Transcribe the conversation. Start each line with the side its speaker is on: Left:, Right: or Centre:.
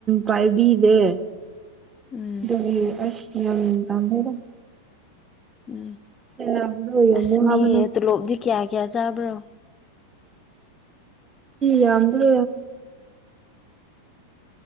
Right: ꯄꯥꯏꯕꯤꯗꯦ
Left: ꯎꯝ
Right: ꯑꯗꯨꯒꯤ ꯑꯁ <unintelligible>
Left: ꯎꯝ
Right: ꯁꯦꯟꯅꯕꯗꯣ ꯌꯥꯝ
Left: ꯑꯁ
Right: ꯋꯥꯕꯅꯦ
Left: ꯃꯤ ꯇꯣꯂꯣꯞꯗꯤ ꯀꯌꯥ ꯀꯌꯥ ꯆꯥꯕ꯭ꯔꯣ
Right: ꯌꯥꯝꯗ꯭ꯔꯦ